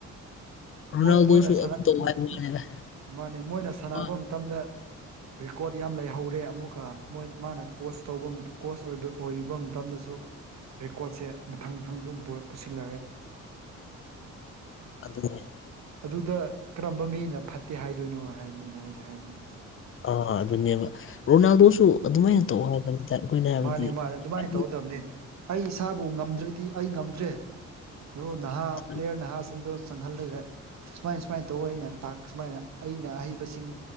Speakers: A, on the left; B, on the right.
A: ꯔꯣꯅꯥꯜꯗꯣꯁꯨ
B: ꯃꯣꯏ ꯃꯣꯏꯅ ꯁꯥꯟꯅ
A: ꯑꯗꯨꯝ ꯇꯧ
B: ꯎꯝ
A: ꯍꯥꯏꯕ
B: ꯎꯝ
A: ꯋꯥꯅꯤꯗ
B: ꯃꯥꯅꯦ ꯃꯣꯏꯅ ꯁꯥꯟꯅꯕ
A: ꯃꯥ
B: ꯃꯇꯝꯗ ꯔꯦꯀꯣꯔꯠ ꯌꯥꯝ ꯂꯩꯍꯧꯔꯦ ꯑꯃꯨꯛꯀꯥ ꯃꯣꯏ ꯃꯥꯅ ꯀꯣꯁ ꯇꯧꯕ ꯀꯣꯁ ꯑꯣꯏꯕ ꯑꯣꯏꯔꯤꯕ ꯃꯇꯝꯗꯁꯨ ꯔꯦꯀꯣꯔꯠꯁꯦ ꯃꯊꯪ ꯃꯊꯪ ꯑꯗꯨꯝ ꯄꯨꯔꯛ ꯄꯨꯁꯤꯜꯂꯛꯑꯦ
A: ꯑꯗꯨꯅꯦ
B: ꯑꯗꯨꯗ ꯀꯔꯝꯕ ꯃꯤꯅ ꯐꯠꯇꯦ ꯍꯥꯏꯗꯣꯏꯅꯣ ꯍꯥꯏꯕꯅꯤꯗ ꯑꯩꯅ ꯍꯥꯏꯅꯤꯡꯉꯤꯁꯦ
A: ꯑꯥ ꯑꯗꯨꯅꯦꯕ ꯔꯣꯅꯥꯜꯗꯣꯁꯨ ꯑꯗꯨꯃꯥꯏꯅ ꯇꯧꯑꯣ ꯍꯥꯏꯕꯅꯤꯗ ꯑꯩꯈꯣꯏꯅ ꯍꯥꯏꯕꯗꯤ
B: ꯃꯥꯅꯦ ꯃꯥꯅꯦ ꯑꯗꯨꯃꯥꯏꯅ
A: ꯍꯥꯏꯗꯤ
B: ꯇꯧꯒꯗꯕꯅꯦ ꯑꯩ ꯏꯁꯥꯕꯨ ꯉꯝꯗ꯭ꯔꯥꯗꯤ ꯑꯩ ꯉꯝꯗ꯭ꯔꯦ ꯑꯗꯣ ꯅꯍꯥ
A: ꯑꯗꯨꯅꯦ
B: ꯄ꯭ꯂꯦꯌꯔ ꯅꯍꯥꯁꯤꯡꯗꯣ ꯆꯪꯍꯜꯂꯒ ꯁꯨꯃꯥꯏ ꯁꯨꯃꯥꯏꯅ ꯇꯧ ꯑꯩꯅꯥ ꯇꯥꯛ ꯁꯨꯃꯥꯏꯅ ꯑꯩꯅ ꯑꯍꯩꯕꯁꯤꯡ